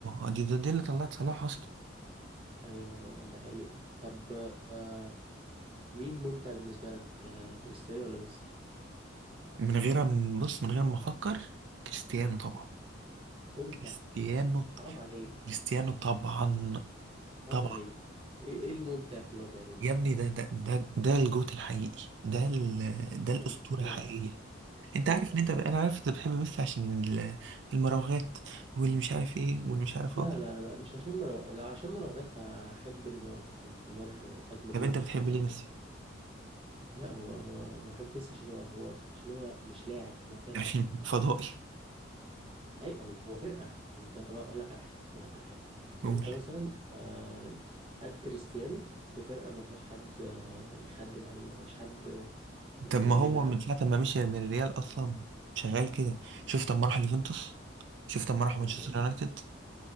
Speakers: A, on the right; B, on the right.
A: اه دي دي دي اللي طلعت صلاح اصلا
B: ايوه ده حقيقة طب آه مين ممتع بالنسبة لك آه، كريستيانو ولا ميسي
A: من غير ما- بص من غير ما افكر كريستيانو طبعا
B: ممتع
A: كريستيانو
B: حرام عليك
A: كريستيانو طبعا
B: حرام
A: طبعا
B: عليك ايه إيه الممتع في اللي هو بيعمله
A: يا ابني ده ده ده ده الجوت الحقيقي ده ال- ده
B: آه،
A: الاسطوره
B: أنت كده
A: الحقيقيه انت
B: كده
A: عارف
B: ما تعرفش
A: ان انت انا
B: حاجة
A: عارف انت بتحب ميسي عشان ال- المراوغات واللي مش عارف ايه واللي مش عارف
B: لا
A: ايه
B: لا لا مش عشان مرو... لا عشان مراوغات فاحب نيمار مثلا نيمار اجمد
A: طب
B: منه
A: انت بتحب
B: في الحتة
A: ليه
B: دي
A: ميسي
B: لا هو هو بحب ميسي عشان هو هو عشان هو مش لاعب هو فرقة
A: عشان فضائي
B: اي هو فرقة انت طب اقول لك على حاجة اقول لك على حاجة
A: قول
B: انت مثلا آه، هات كريستيانو في فرقة ما فيهاش حد آه، يخدم عليه ما فيش حد آه،
A: طب
B: يلعب
A: ما هو من ساعه ما مشي من الريال اصلا شغال كده شفت اما راح اليوفنتوس شفت اما راح
B: طب
A: مانشستر
B: ماشي
A: يونايتد